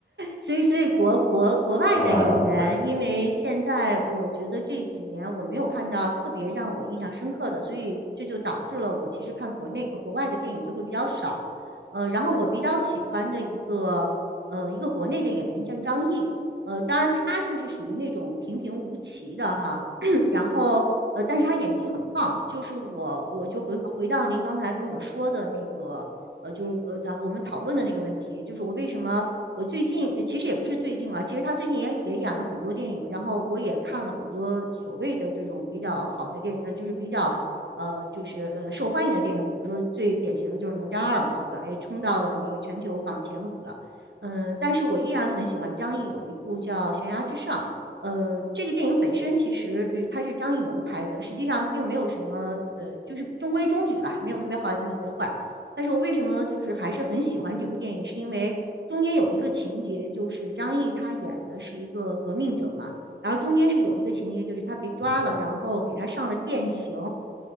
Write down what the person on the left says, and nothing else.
啊，好的。
嗯